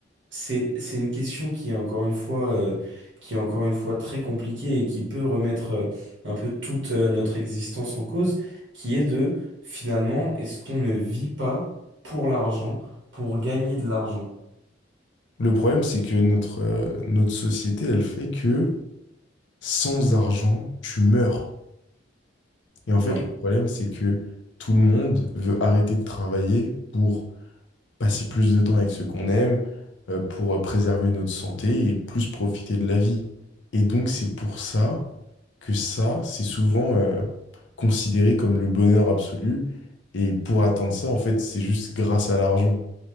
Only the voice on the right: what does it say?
c'est, c'est une question qui est encore une fois, euh, qui est encore une fois très compliquée et qui peut remettre euh, un peu toute euh, notre existence en cause, qui est de finalement, est-ce qu'on ne vit pas pour l'argent, pour gagner de l'argent?
Ouais,